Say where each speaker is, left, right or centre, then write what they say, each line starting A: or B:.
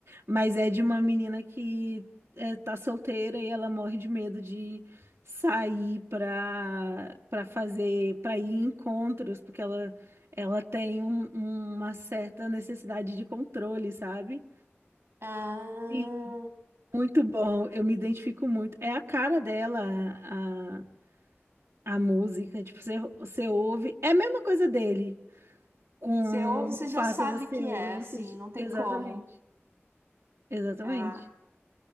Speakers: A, on the right (about 85°); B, on the right (about 65°).
A: Mas é de uma menina que é, tá solteira e ela morre de medo de sair pra, pra fazer. pra ir em encontros, porque ela, ela tem um- uma certa necessidade de controle, sabe?
B: Ah,
A: Sim. Muito bom, eu me identifico muito. É a cara dela, a, a, a música. Tipo, você, você ouve. É a mesma coisa dele. Como
B: você ouve, você já
A: faça
B: sabe
A: você
B: que
A: ouve
B: é,
A: você.
B: assim, não tem
A: Exatamente.
B: como.
A: Exatamente.
B: Ah.